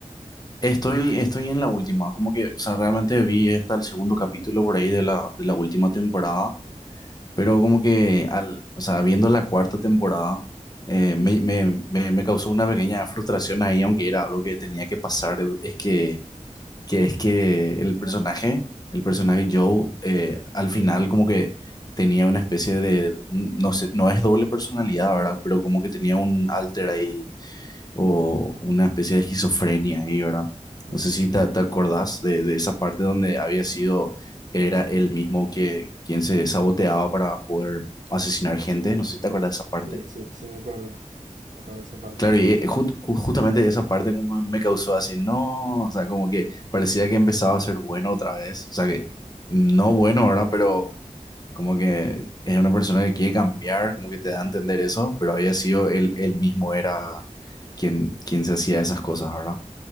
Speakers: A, on the left; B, on the right.
A: Estoy, estoy en la última, como que, o sea, realmente vi hasta el segundo capítulo por ahí de la, de la última temporada, pero como que, al, o sea, viendo la cuarta temporada, eh, me, me, me, me causó una pequeña frustración ahí, aunque era algo que tenía que pasar, es que que es que el personaje, el personaje
B: Ujú,
A: Joe, eh, al final como que tenía una especie de, no sé, no es doble personalidad, ¿verdad? Pero como que tenía un alter ahí o una especie de esquizofrenia ahí, ¿verdad?
B: mm,
A: No sé si te, te acordás de, de esa parte donde había sido, era él mismo que quien se saboteaba para poder asesinar gente, no sé si te acordás de esa parte.
B: Sí, sí. Sí, sí, me acuerdo. Me acuerdo esa parte.
A: Claro, y eh, ju- ju- justamente esa parte como me causó así, no, o sea, como que parecía que empezaba a ser bueno otra vez, o sea, que no bueno, ¿verdad? Pero como que es una persona que quiere cambiar, como que te da a entender eso, pero había sido él, él mismo era quien, quien se hacía esas cosas, ¿verdad?